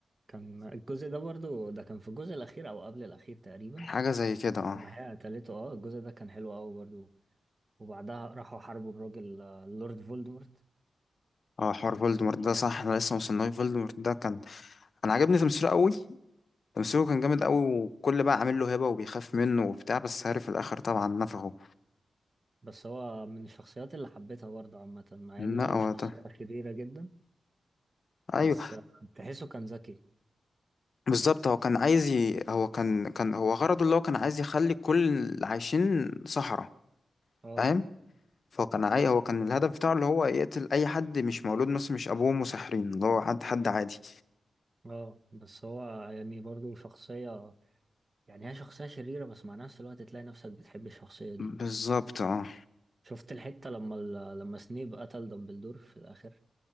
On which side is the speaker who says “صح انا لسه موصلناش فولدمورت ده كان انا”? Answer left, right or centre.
Left